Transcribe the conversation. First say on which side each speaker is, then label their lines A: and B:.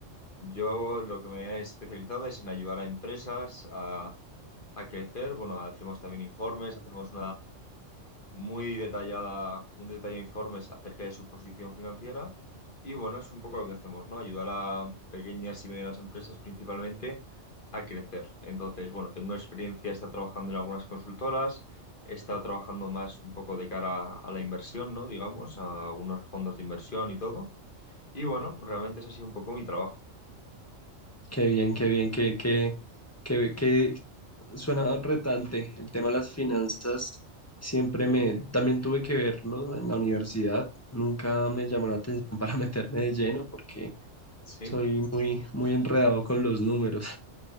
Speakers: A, on the left; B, on the left.
A: Yo lo que me he especializado es en ayudar a empresas a, a crecer, bueno, hacemos también informes, hacemos muy detallada, un detallado informes acerca de su posición financiera. Y bueno, es un poco lo que hacemos, ¿no? Ayudar a pequeñas y medianas empresas principalmente a crecer. Entonces, bueno, tengo experiencia, he estado trabajando en algunas consultoras, he estado trabajando más un poco de cara a la inversión, ¿no? Digamos, a algunos fondos de inversión y todo. Y bueno, realmente es así un poco mi trabajo.
B: Qué bien, qué bien, qué, qué, qué, qué- suena retante. El tema de las finanzas siempre
A: Hmm,
B: me, también tuve que verlo en la universidad. Nunca me llamó la atención para <laughs> meterme de lleno porque
A: Sí,
B: Soy muy, muy enredado con los números,